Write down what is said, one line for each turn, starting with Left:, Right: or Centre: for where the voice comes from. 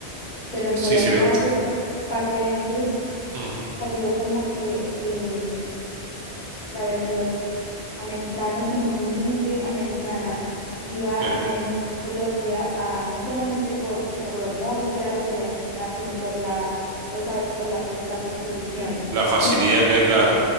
Left: pero en
Right: Sí,
Left: Colombia
Right: sí veo.
Left: hace un par de meses
Right: Mm,
Left: salió como que, eh, a ver, los americanos, como que mucha gente americana iba
Right: sí.
Left: a Medellín, Colombia, a, no solamente por, por lo hermoso que era la ciudad, ni nada, sino por la, pues sabes, por la, pros- la prostitución.
Right: La facilidad
Left: No,
Right: que hay, claro.